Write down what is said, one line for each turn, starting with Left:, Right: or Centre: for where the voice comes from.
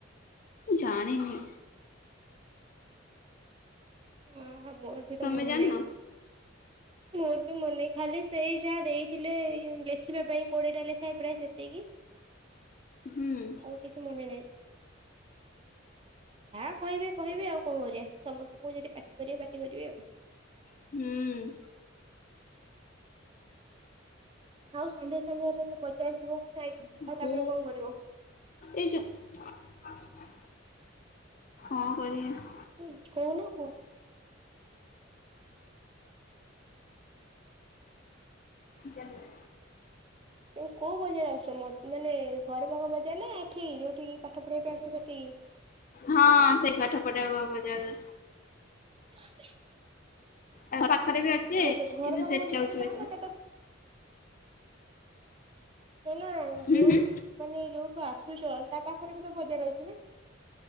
Left: ଜାଣି ନିି।
Right: ଆ ମୋର ବି
Left: ତମେ
Right: ତ ମନେ
Left: ଜାଣିନ?
Right: ନାଇ। ମୋର ବି ମନେ ଖାଲି ସେଇ ଯାହା ଦେଇଥିଲେ ଏଇ ଲେଖିବା ପାଇଁ କୋଡିଏଟା ଲେଖାଏ ପ୍ରାୟ ସେତିକି।
Left: ହୁଁ।
Right: ଆଉ କିଛି ମନେ ନାଇ ଯାହା କହିବେ। କହିବି ଆଉ କଣ କରିବା ସମସ୍ତଙ୍କୁ ଯଦି ପାଟି କରିବେ ପାଟି କରିବେ ଆଉ।
Left: ହୁଁ।
Right: ଆଉ ସନ୍ଧ୍ୟା ସମୟରେ ତ ବଜାର ଯିବ। ନାଇଁ
Left: ହୁ
Right: ଆଉ
Left: ହୋ।
Right: ତାପରେ କଣ କରିବ?
Left: ଏଇ ଯୋଉ। କଣ କରିବା?
Right: <unintelligible> କହୁନ କୁହ।
Left: ଜାନ୍ନେ।
Right: ଏ କୋଉ ବଜାର ଆସୁଛ ମ ମାନେ ଘର ପାଖ ବଜାର ନା ଏଠି ଯୋଉଠିକି ପାଠ? ପଢିବା ପାଇଁ ଆସୁଛ ସେଠିକି?
Left: ହଁ ସେଇ ପାଠ ପଟା ବ-ବଜାର।
Right: ହଁ ସେ
Left: ତାଙ୍କ ପାଖରେ ବି ଅଛି
Right: ବଜାର ଘର
Left: କିନ୍ତୁ
Right: ପାଖ
Left: ସେଠି
Right: ବଜାରକୁ
Left: ଯାଉଛି
Right: ଯାଉନ
Left: ବେଶୀ।
Right: ଏଟା ତ ଏ ନା
Left: ହୁଁ
Right: ଯୋଉ
Left: ହୁଁ।
Right: ମାନେ ଯୋଉଠୁ ଆସୁଛ ତା ପାଖରେ ବି ତ ବଜାର ଅଛି ନା।